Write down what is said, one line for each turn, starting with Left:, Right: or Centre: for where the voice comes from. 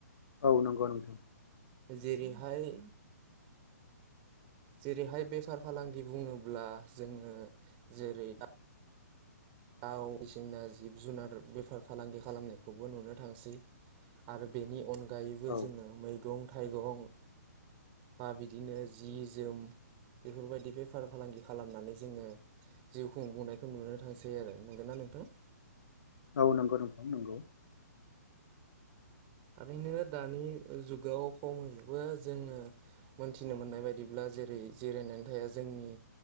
Left: औ नंगौ नोंथां
Right: जेरैहाय जेरैहाय बेफार फालांगि बुङोब्ला जोङो जेरै दाउ बिदिनो जिब जुनार बेफार फालांगि खालामनायखौबो नुनो थांसै आरो बेनि अनगायैबो
Left: औ
Right: जोङो मैगं थाइगं बा बिदिनो जि जोम बेफोरबायदि बेफार फालांगि खालामनानै जोङो जिउ खुंबुंनायखौ नुनो थांसै आरो नोंगोना नोंथां
Left: औ नंगौ नोंथां नंगौ
Right: ओरैनो दानि जुगाव खमैबो जोङो मोनथिनो मोननाय बायदिब्ला जेरै जिरायनानै थाया जोंनि